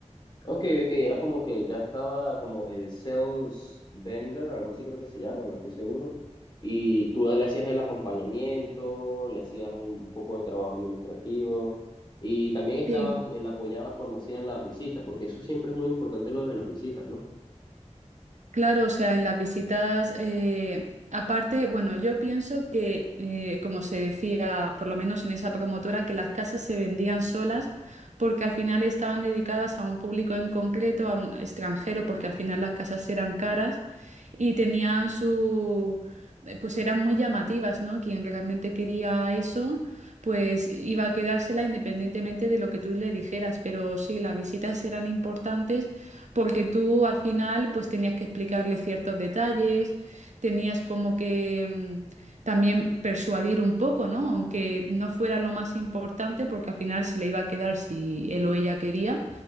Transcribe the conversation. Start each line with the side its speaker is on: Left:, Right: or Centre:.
Left: Ok, ok, era como que ya estaba como el sales vendor, algo así creo que se llama, no estoy seguro. Y tú le hacías el acompañamiento, le hacías un poco de trabajo administrativo y también estabas,
Right: sí
Left: le apoyabas cuando hacían las visitas, porque eso siempre es muy importante lo de las visitas, ¿no?
Right: Claro, o sea, en las visitas, eh, aparte, bueno, yo pienso que, eh, como se decía, por lo menos en esa promotora, que las casas se vendían solas porque al final estaban dedicadas a un público en concreto, a un extranjero, porque al final las casas eran caras y tenían su, eh, pues eran muy llamativas, ¿no? Quien realmente quería eso, pues iba a quedársela independientemente de lo que tú le dijeras, pero sí, las visitas eran importantes porque tú al final pues tenías que explicarle ciertos detalles, tenías como que mm, también persuadir un poco, ¿no? Aunque no fuera lo más importante porque al final se le iba a quedar si él o ella quería,